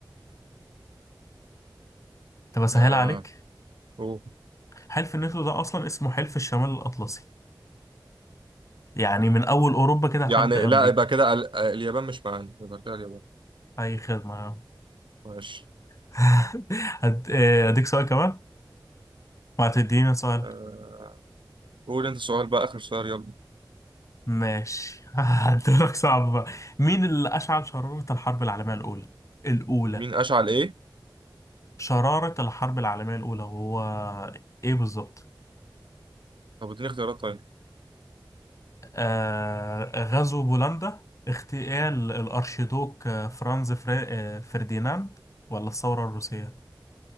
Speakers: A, on the left; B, on the right.
A: طب اسهل
B: آه.
A: عليك
B: أوه.
A: حلف الناتو ده اصلا اسمه حلف الشمال الاطلسي يعني من اول اوروبا كده لحد
B: يعني
A: امريكا
B: لا يبقى كده ال- آه، اليابان مش معانا يبقى كده اليابان
A: اي خدمه
B: ماشي
A: <laughs> هد- آه، اديك سؤال كمان ما هتدينا سؤال
B: آه. قول انت سؤال بقى اخر سؤال يلا
A: ماشي <laughs> هديلك صعب بقى مين اللي اشعل شراره الحرب العالميه الاولى الاولى
B: مين اشعل ايه
A: شراره الحرب العالميه الاولى وهو ايه بالظبط
B: طب اديني اختيارات طيب
A: آه غزو بولندا اغتيال الارشيدوك آه، فرانز فري... آه، فرديناند ولا الثوره الروسيه